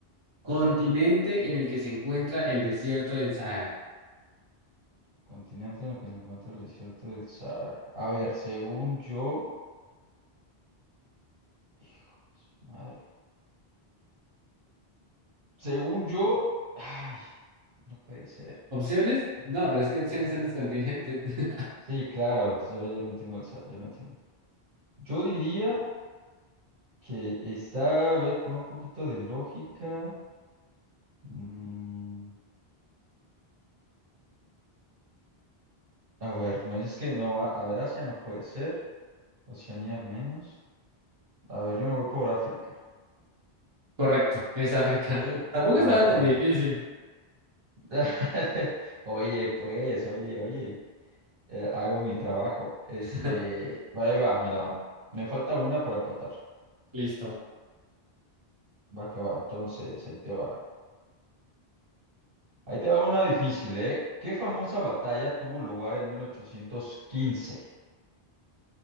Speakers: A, on the right; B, on the right.
A: Continente
B: Ok.
A: en el que se encuentra el desierto del Sahara.
B: Continente en el que se encuentra el desierto del Sahara. A ver, según yo, hijo de su madre. Según yo, ay, no puede ser.
A: ¿Opciones? No, pero es que opciones son los continentes. <laughs>
B: Sí, claro, yo, yo lo entiendo, el Sahara, yo lo entiendo. Yo diría que está, a ver, por un poquito de lógica. mm, A ver, me dices que no, a, a ver, Asia no puede ser, Oceanía menos. A ver, yo me voy por África.
A: Correcto, es África.
B: Sí.
A: <laughs> Tampoco
B: Ah,
A: estaba Ah,
B: ok.
A: tan ok. <laughs> difícil.
B: <laughs> Oye, pues, oye, oye, eh, hago mi trabajo. Este,
A: <laughs>
B: va, ahí va, mira, me falta una para empatar.
A: Listo.
B: Va que va, entonces, ahí te va. Ahí te va una difícil, ¿eh? ¿Qué famosa batalla tuvo lugar en 1815?